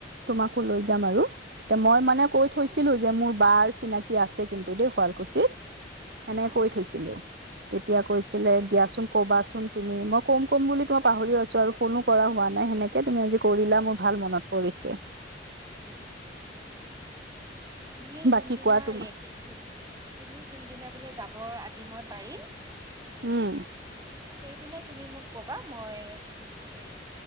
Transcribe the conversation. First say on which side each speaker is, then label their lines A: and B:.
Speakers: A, on the right; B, on the right.
A: তোমাকো লৈ যাম আৰু। ত, মই মানে কৈ থৈছিলো,
B: অ
A: যে মোৰ বাৰ চিনাকী কি আছে কিন্তু দেই, শুৱালকুছিত। এনেকে
B: অ
A: কৈ থৈছিলো, তেতিয়া কৈছিলে
B: আচ্ছা
A: দিয়াচোন কবাচোন তুমি, মই ক'ম-কম বুলি তোমাৰ পাহৰি আছো, আৰু ফোনো কৰা হোৱা নাই। সেনেকে তুমি আজি কৰিলা,
B: অ
A: মোৰ ভাল মনত পৰিছে।
B: উম-উম, তুমি
A: বাকী
B: যোনদিনা
A: কোৱা তোমাৰ
B: ৰেডি তুমি যোনদিনা বোলে যাব, আজি মই পাৰিম
A: উম।
B: সেইদিনাই তুমি মোক কবা, মই মানে